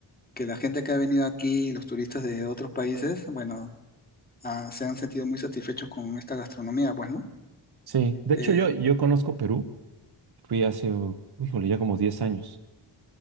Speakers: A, on the left; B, on the right.
A: que la gente que ha venido aquí, los turistas de otros países, bueno, ah, se han sentido muy satisfechos con esta gastronomía, pues, ¿no?
B: Sí, de
A: Eh,
B: hecho yo, yo conozco Perú, fui hace, uh, híjole, ya como 10 años.